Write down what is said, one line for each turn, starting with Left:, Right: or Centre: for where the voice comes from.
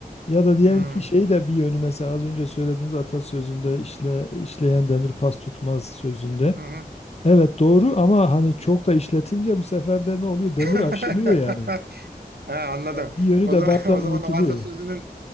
Left: ya da diyelim
Right: Hmm.
Left: ki şey de bir yönü mesela az önce söylediğiniz atasözünde işle, işleyen demir pas tutmaz sözünde.
Right: Hı hı.
Left: Evet doğru ama hani çok da işletince bu sefer de ne oluyor? Demir
Right: <laughs>
Left: aşınıyor yani.
Right: Ha, anladım.
Left: Yani bir yönü
Right: O
Left: de
Right: zaman
Left: bazen
Right: <laughs> o
Left: unutuluyor.
Right: zaman o atasözünün